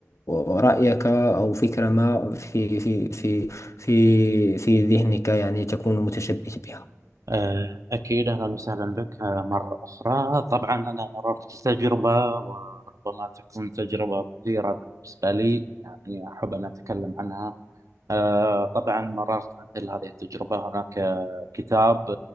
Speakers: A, on the left (about 65°); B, on the right (about 80°).
A: رأيك أو فكرة ما في في في في في ذهنك يعني تكون متشبث بها
B: آه، أكيد أهلا وسهلا بك آه، مرة أخرى طبعا أنا مررت تجربة وربما تكون تجربة مثيرة بالنسبة لي يعني أحب أن أتكلم عنها آه، طبعا مررت مثل هذه التجربة هناك آه، كتاب